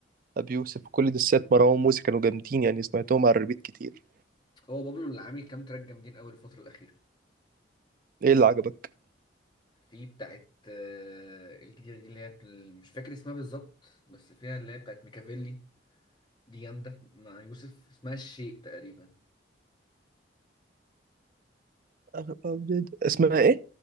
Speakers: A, on the right (about 50°); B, on the left (about 25°).
A: أبي يوسف وكل دسات مروان موسى كانوا جامدين يعني سمعتهم على الريبيت كتير
B: هو بابلو اللي عامل كام تراك جامدين قوي الفترة الأخيرة
A: ايه اللي عجبك؟
B: في بتاعت آه، الجديدة دي اللي هي مش فاكر اسمها بالظبط بس فيها اللي هي بتاعت ميكافيلي دي جامدة مع يوسف اسمها الشيء تقريبا
A: أغلب أبيض. اسمها ايه؟